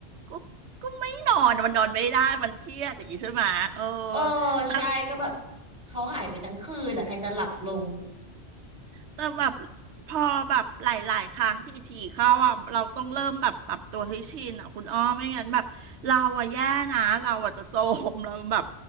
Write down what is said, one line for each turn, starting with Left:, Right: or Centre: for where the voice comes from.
Right: ก็ก็ไม่นอนมันนอนไม่ได้มันเครียดอย่างนี้ใช่ไหมยเออ
Centre: เออ
Right: แต่
Centre: ใช่ก็แบบเขาหายไปทั้งคืนอ่ะใครจะหลับลง
Right: แต่แบบพอแบบหลายๆครั้งที่ทีเข้าอ่ะเราต้องเริ่มแบบปรับตัวให้ชินอ่ะคุณอ้อไม่งั้นแบบเราอ่ะแย่นะเราอ่ะจะโทรมเราแบบ